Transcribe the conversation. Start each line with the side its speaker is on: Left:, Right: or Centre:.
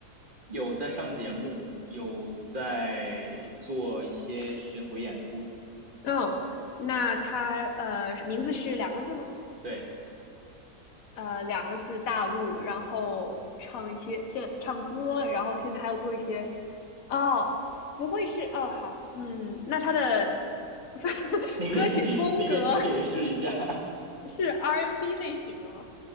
Right: 有在上节目，有在做一些巡回演出。
Left: 嗯，那他呃名字是两个字吗？
Right: 对，
Left: 呃两个字大陆，然后唱一些现唱歌，然后现在还要做一些哦，不会是哦好，嗯，那他的 <laughs>
Right: 你可以，
Left: 歌曲风格
Right: <laughs> 你可以，你可以试一下。<laughs>
Left: 是 R&B N 类型的吗？